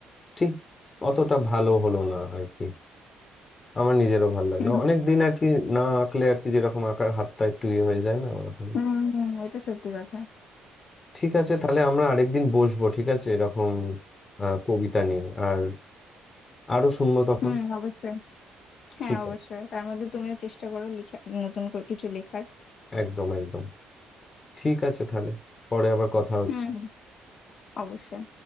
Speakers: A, on the left (about 35°); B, on the left (about 65°).
A: ঠিক অতটা ভালো হলো না আর কি আমার নিজেরও ভালো লাগলো
B: হুম
A: অনেক দিন আর কি না আঁকলে আর কি যেরকম আঁকার হাতটা একটু ইয়ে হয়ে যায় না ওরকম
B: হুম হুম, এটা সত্যি কথা
A: ঠিক আছে তাহলে আমরা আরেকদিন বসবো ঠিক আছে এরকম আহ, কবিতা নিয়ে আর আরো শুনবো তখন
B: হুম অবশ্যই হ্যাঁ
A: ঠিক
B: অবশ্যই
A: আছে
B: তার মধ্যে তুমিও চেষ্টা করো লিখা নতুন করে কিছু লেখার
A: একদম একদম ঠিক আছে তাহলে পরে আবার কথা হচ্ছে
B: হুম হুম, অবশ্যই